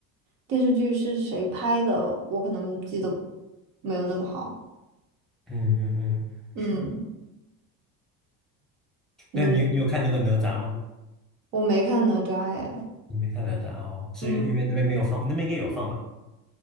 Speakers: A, on the right; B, in the centre.
A: 电视剧是谁拍的，我可能记得没有那么好。
B: 嗯嗯嗯，
A: 嗯，
B: 是。
A: 你
B: 那你你有看那个哪吒吗？
A: 我没看哪吒哎。
B: 你没看哪吒哦，是因为那边没有放，
A: 嗯，
B: 那边应该有放吧？